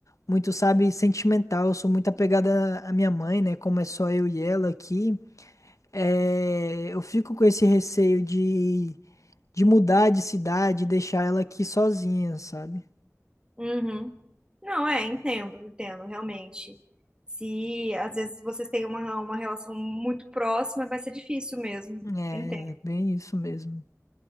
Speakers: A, on the left; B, on the right.
A: muito, sabe, sentimental. Eu sou muito apegada à minha mãe, né? Como é só eu e ela aqui. É, eu fico com esse receio de, de mudar de cidade e deixar ela aqui sozinha, sabe?
B: Uhum. Não, é, entendo, entendo, realmente. Se às vezes vocês têm uma, uma relação muito próxima, vai ser difícil mesmo.
A: É,
B: Entendo.
A: é bem isso mesmo.